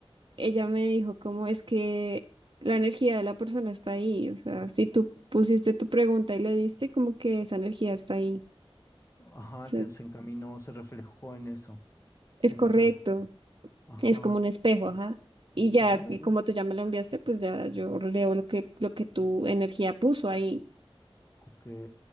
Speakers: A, on the right; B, on the left.
A: ella me dijo cómo es que la energía de la persona está ahí, o sea, si tú pusiste tu pregunta y le diste, como que esa energía está ahí. O
B: Ajá,
A: sea,
B: te, se encaminó, se reflejó en eso,
A: es
B: en
A: correcto,
B: esa lectura. Ajá.
A: es como un espejo, ajá. Y ya,
B: Órale.
A: y como tú ya me lo enviaste, pues ya yo leo lo que, lo que tu energía puso ahí.
B: Ok.